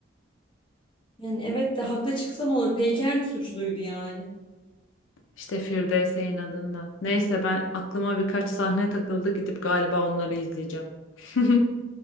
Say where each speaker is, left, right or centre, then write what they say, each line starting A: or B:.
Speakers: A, on the left; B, on the left.
A: Yani evet de haklı çıksan olur? Peyker mi suçluydu yani?
B: İşte Firdevs'in adından. Neyse ben aklıma birkaç sahne takıldı. Gidip galiba onları izleyeceğim. <laughs>